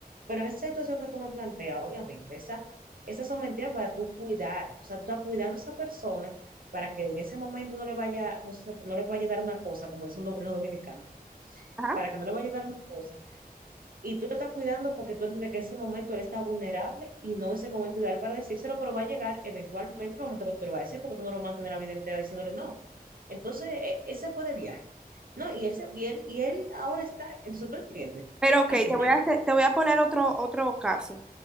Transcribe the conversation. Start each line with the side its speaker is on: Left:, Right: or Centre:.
Right: Pero en esa situación que tú me planteas, obviamente, esa, esas son mentiras para tú cuidar. O sea, tú estás cuidando a esa persona para que en ese momento no le vaya, no, se- no le vaya a dar una cosa, como dicen los dominicanos,
Centre: Ajá.
Right: para que no le vaya a dar una cosa y tú lo estás cuidando porque tú entiendes que en ese momento él está vulnerable y no es el momento ideal para decírselo, pero va a llegar eventualmente el momento que tú lo vas a decir porque tú no lo mantienes la vida entera diciéndole no. Entonces, e, ese fue de viaje. No, y él, se, y él, y él ahora está, entonces tú entiendes.
Centre: Pero ok,
Right: Así
Centre: te
Right: no,
Centre: voy a hacer- te voy a poner otro otro caso.